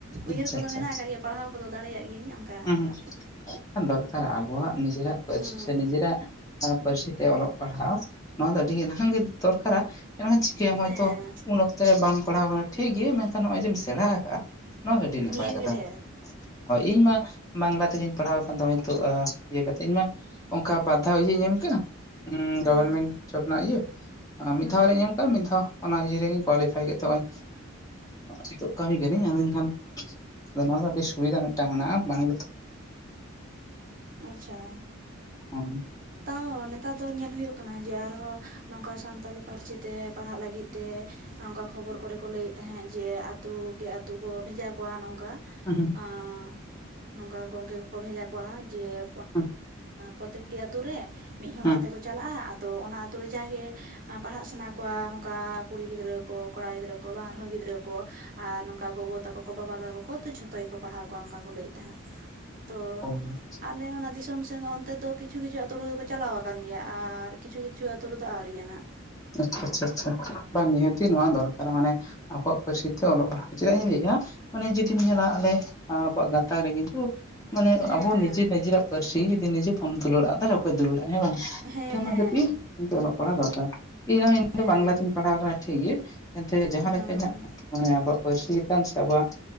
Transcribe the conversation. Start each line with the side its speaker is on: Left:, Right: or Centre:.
Right: ᱩᱭᱦᱟᱹᱨ
Left: ᱟᱪᱪᱷᱟ
Right: ᱠᱚᱫᱚ
Left: ᱟᱪᱪᱷᱟ
Right: ᱢᱮᱱᱟᱜ ᱟᱠᱟᱫ ᱜᱮᱭᱟ ᱯᱟᱲᱦᱟᱣ ᱠᱚᱫᱚ ᱫᱟᱲᱮᱭᱟᱜ ᱜᱤᱭᱟᱹᱧ ᱚᱱᱠᱟ
Left: ᱦᱩᱸ
Right: ᱟᱨᱠᱤ
Left: ᱦᱩᱸ ᱫᱚᱨᱠᱟᱨ ᱟᱵᱚᱣᱟᱜ ᱱᱤᱡᱮᱨᱟᱜ ᱯᱟᱹᱨᱥᱤ
Right: ᱦᱮᱸ
Left: ᱪᱮᱫᱟᱜ ᱯᱟᱹᱨᱥᱤ ᱛᱮ ᱚᱞᱚᱜ ᱯᱟᱲᱦᱟᱣ ᱱᱚᱣᱟ ᱫᱚ ᱟᱹᱰᱤᱜ ᱱᱟᱦᱟᱜ ᱜᱮ ᱫᱚᱨᱠᱟᱨᱟ ᱮᱱᱠᱷᱟᱱ ᱪᱤᱠᱟᱹᱭᱟ ᱱᱚᱜᱼᱚᱭ
Right: ᱦᱮᱸ
Left: ᱛᱚ ᱩᱱ ᱚᱠᱛᱚ ᱨᱮ ᱵᱟᱢ ᱯᱟᱲᱦᱟᱣ ᱠᱟᱱᱟ ᱴᱷᱤᱠ ᱜᱮ ᱢᱮᱱᱠᱷᱟᱱ ᱱᱚᱜᱼᱚᱭ ᱡᱮᱢ ᱥᱮᱬᱟ ᱟᱠᱟᱜᱼᱟ ᱱᱚᱣᱟ ᱟᱹᱰᱤ ᱱᱟᱯᱟᱭ
Right: ᱱᱤᱭᱟᱹᱜᱮ
Left: ᱠᱟᱛᱷᱟ
Right: ᱰᱷᱮᱨ
Left: ᱦᱳᱭ ᱤᱧᱢᱟ ᱵᱟᱝᱞᱟ ᱛᱮᱜᱮᱧ ᱯᱟᱲᱦᱟᱣ ᱟᱠᱟᱱ ᱫᱚ ᱱᱤᱛᱚᱜ ᱤᱭᱟᱹ ᱠᱟᱛᱮ ᱤᱧ ᱢᱟ ᱚᱱᱠᱟ ᱵᱟᱫᱷᱟ ᱤᱭᱟᱹ ᱮᱢ ᱠᱟᱱᱟ
Right: ᱦᱮᱸ
Left: ᱜᱚᱵᱷᱚᱨᱢᱮᱱᱴ ᱡᱚᱵ ᱨᱮᱱᱟᱜ ᱤᱭᱟᱹ ᱢᱤᱫ
Right: ᱦᱩᱸ
Left: ᱫᱷᱟᱣ ᱨᱤᱧ ᱮᱢ ᱠᱟᱜᱼᱟ ᱢᱤᱫ ᱫᱷᱟᱣ ᱚᱱᱟ ᱤᱭᱟᱹ ᱨᱮᱜᱮᱧ ᱠᱳᱣᱟᱞᱤᱯᱷᱟᱭ ᱠᱮᱫ ᱛᱮᱜᱚᱭ ᱱᱤᱛᱚᱜ ᱠᱟᱹᱢᱤ ᱠᱟᱹᱱᱟᱹᱧ ᱟᱫᱚ ᱮᱠᱷᱟᱱ ᱟᱫᱚ ᱱᱚᱣᱟ ᱫᱚ ᱟᱹᱰᱤ ᱥᱩᱵᱤᱫᱷᱟ ᱢᱤᱫᱴᱟᱝ ᱢᱮᱱᱟᱜᱼᱟ ᱵᱟᱝᱞᱟ
Right: ᱟᱪᱪᱷᱟ
Left: ᱦᱚᱸ
Right: ᱛᱟᱣ ᱱᱮᱛᱟᱨ ᱫᱚ ᱧᱮᱞ ᱦᱩᱭᱩᱜ ᱠᱟᱱᱟ ᱡᱮ ᱟᱨᱦᱚᱸ ᱱᱚᱝᱠᱟ ᱥᱟᱱᱛᱟᱞᱤ ᱯᱟᱹᱨᱥᱤ ᱛᱮ ᱯᱟᱲᱦᱟᱜ ᱞᱟᱹᱜᱤᱫ ᱛᱮ ᱱᱚᱝᱠᱟ ᱠᱷᱚᱵᱚᱨ ᱠᱚᱨᱮ ᱠᱚ ᱞᱟᱹᱭ ᱛᱟᱦᱮᱸᱫ ᱡᱮ ᱟᱛᱳ ᱠᱮ ᱟᱛᱳ ᱠᱚ ᱵᱷᱮᱡᱟ ᱠᱚᱣᱟ ᱱᱚᱝᱠᱟ
Left: ᱦᱩᱸ ᱦᱩᱸ
Right: ᱟᱸ ᱱᱚᱝᱠᱟ ᱜᱚᱢᱠᱮ ᱠᱚᱠᱚ ᱵᱷᱮᱡᱟ ᱠᱚᱣᱟ ᱡᱮ
Left: ᱦᱩᱸ
Right: ᱯᱨᱚᱛᱮᱠᱴᱤ ᱟᱛᱳ ᱟᱛᱳ ᱨᱮ ᱢᱤᱫ ᱦᱚᱲ
Left: ᱦᱩᱸ
Right: ᱠᱟᱛᱮ ᱠᱚ ᱪᱟᱞᱟᱜᱼᱟ ᱟᱫᱚ ᱚᱱᱟ ᱟᱛᱳ ᱨᱮ ᱡᱟᱜᱮ ᱯᱟᱲᱦᱟᱜ ᱥᱟᱱᱟ ᱠᱚᱣᱟ ᱱᱚᱝᱠᱟ ᱠᱩᱲᱤ ᱜᱤᱫᱽᱨᱟᱹ ᱠᱚ ᱠᱚᱲᱟ ᱜᱤᱫᱽᱨᱟᱹ ᱠᱚ ᱵᱟᱝ ᱨᱮᱦᱚᱸ ᱜᱤᱫᱽᱨᱟᱹ ᱠᱚ ᱟᱨ ᱱᱚᱝᱠᱟ ᱜᱚᱜᱚ ᱛᱟᱠᱚ ᱠᱚ ᱵᱟᱵᱟ ᱛᱟᱠᱚ ᱠᱚ ᱛᱚ ᱡᱷᱚᱛᱚ ᱜᱮᱠᱚ ᱯᱟᱲᱦᱟᱣ ᱠᱚᱣᱟ ᱚᱱᱠᱟ ᱠᱚ ᱞᱟᱹᱭᱮᱫ ᱛᱟᱦᱮᱸᱫ ᱛᱚ
Left: ᱚ
Right: ᱟᱞᱮ ᱚᱱᱟ ᱫᱤᱥᱚᱢ ᱥᱮᱱ ᱚᱱᱛᱮ ᱫᱚ ᱠᱤᱪᱷᱩ ᱠᱤᱪᱷᱩ ᱟᱛᱳ ᱨᱮ ᱫᱚᱠᱚ ᱪᱟᱞᱟᱣ ᱟᱠᱟᱱᱟ ᱠᱟᱱ ᱜᱮᱭᱟ ᱟᱨ ᱠᱤᱪᱷᱩ ᱠᱤᱪᱷᱩ ᱟᱹᱛᱩ ᱨᱮᱫᱚ ᱟᱹᱣᱨᱤᱭᱟᱦᱟᱸᱜ
Left: ᱟᱪᱪᱷᱟ ᱟᱪᱪᱷᱟ ᱟᱪᱪᱷᱟ ᱵᱟᱝ ᱱᱤᱦᱟᱹᱛᱤ ᱱᱚᱣᱟ ᱫᱚᱨᱠᱟᱨ ᱢᱟᱱᱮ ᱟᱵᱚᱣᱟᱜ ᱯᱟᱹᱨᱥᱤ ᱛᱮ ᱚᱞᱚᱜ ᱯᱟᱲᱦᱟᱣ ᱪᱮᱫᱟᱜ ᱤᱧ ᱞᱟᱹᱭᱮᱫᱼᱟ ᱢᱟᱱᱮ ᱡᱩᱫᱤᱢ ᱧᱮᱞᱟ ᱟᱞᱮ ᱟᱵᱚᱣᱟᱜ ᱜᱟᱛᱟᱠ ᱨᱮ ᱠᱤᱱᱛᱩ ᱢᱟᱱᱮ
Right: ᱦᱮᱸ
Left: ᱟᱵᱚ
Right: ᱦᱮᱸ
Left: ᱱᱤᱡᱮ ᱱᱤᱡᱮᱨᱟᱜ ᱯᱟᱹᱨᱥᱤ ᱡᱩᱫᱤ ᱱᱤᱡᱮ ᱵᱟᱢ ᱛᱩᱞᱟᱹᱼᱟ ᱛᱟᱦᱚᱞᱮ ᱚᱠᱚᱭ ᱫᱩᱞᱟᱹᱲᱟᱜᱼᱟ ᱦᱮᱸ ᱵᱟᱝ
Right: ᱦᱮᱸ
Left: ᱛᱚ ᱚᱱᱟ
Right: ᱦᱮᱸ
Left: ᱠᱷᱟᱹᱛᱤᱨ ᱠᱤᱱᱛᱩ ᱚᱞᱚᱜ ᱯᱟᱲᱦᱟᱜ ᱫᱚᱨᱠᱟᱨ ᱤᱧᱦᱚᱸ ᱤᱧ
Right: ᱦᱮᱸ
Left: ᱫᱚ ᱵᱟᱝᱞᱟ ᱛᱤᱧ ᱯᱟᱲᱦᱟᱣ ᱟᱠᱟᱱᱟ ᱴᱷᱤᱠ ᱜᱮᱭᱟ ᱮᱱᱛᱮ ᱡᱟᱦᱟᱸ
Right: ᱦᱮᱸ
Left: ᱞᱮᱠᱟ ᱤᱧᱟᱹᱜ ᱢᱟᱱᱮ ᱟᱵᱚᱣᱟᱜ ᱯᱟᱹᱨᱥᱤ ᱪᱮᱛᱟᱱ ᱥᱮ ᱟᱵᱚᱣᱟᱜ